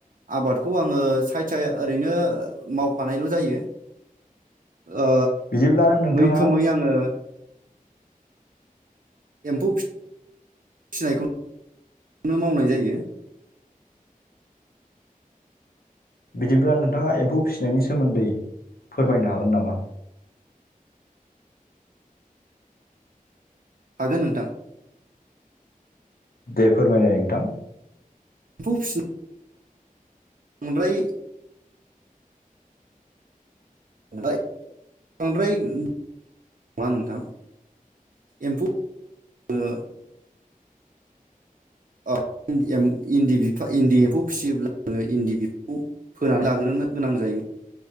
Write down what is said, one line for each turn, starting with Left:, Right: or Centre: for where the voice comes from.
Right: आबादखौ आङो सायथ साय ओरैनो मावफानायल' जायो ओ
Left: बिदिब्ला नोंथाङा
Right: मैखोमै आङो एम्फौ फि फिनायखौ नो मावनाय जायो <inaudible>
Left: बिदिब्ला नोंथाङा एम्फौ फिसिनायनि सोमोन्दै फोरमायनो हागोन नामा
Right: हागोन नोंथां
Left: दे फोरमायनाय नोंथां
Right: एम्फौ <unintelligible> बांद्राय बाय बांद्राय नङा नोंथां एम्फौ ओ ओ इन्दिफ एम इन्दि एम्फौ फिसियोब्ला आोङो इन्दि बिफौ फोनानै लाग्रोन नो गोनां जायो